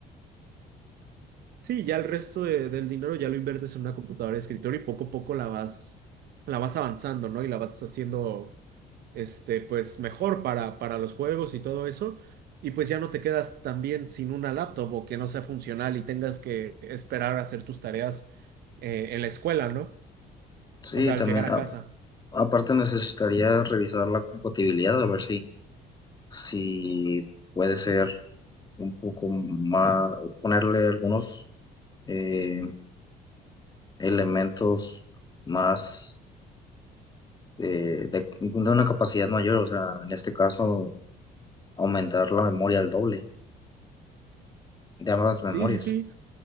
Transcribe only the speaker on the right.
Sí, ya el resto de- del dinero ya lo inviertes en una computadora de escritorio y poco a poco la vas, la vas avanzando, ¿no? Y la vas haciendo, este, pues mejor para, para los juegos y todo eso. Y pues ya no te quedas también sin una laptop o que no sea funcional y tengas que esperar a hacer tus tareas eh, en la escuela, ¿no?
O sea, al
llegar a
casa.
Sí,
sí, sí.